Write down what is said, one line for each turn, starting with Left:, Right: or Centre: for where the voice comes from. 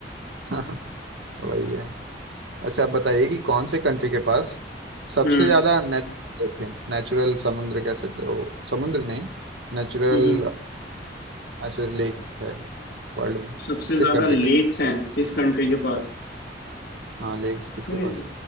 Right: हाँ, वही है वैसे आप बताइए कि कौन से कंट्री के पास सबसे
Left: हम्म
Right: ज्यादा नेचुरल लेक है, नेचुरल समुद्र कह सकते हो समुद्र नहीं नेचुरल
Left: हम्म हम्म।
Right: ऐसे लेक है वर्ल्ड में
Left: सबसे ज्यादा
Right: किस कंट्री
Left: लेक्स
Right: के
Left: हैं किस कंट्री के पास
Right: हाँ लेक्स किसके
Left: ये-
Right: पास